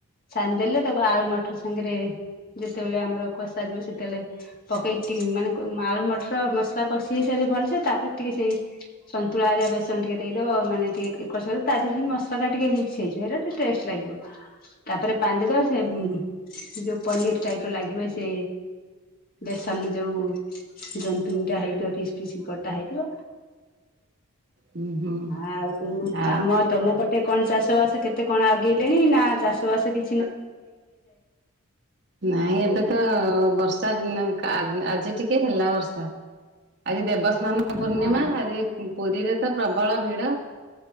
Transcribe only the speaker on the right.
ହୁଁ ହୁଁ
ଆ
<unintelligible> ନାଇଁ ଏବେ ତ ବର୍ଷା ଉଁ -ଆ-ଆଜି ଟିକେ ହେଲା ବର୍ଷା। ଆଜି ଦେବସ୍ନାନ ପୂର୍ଣ୍ଣିମା
ଆଜି ପୁରୀରେ ତ ପ୍ରବଳ ଭିଡ।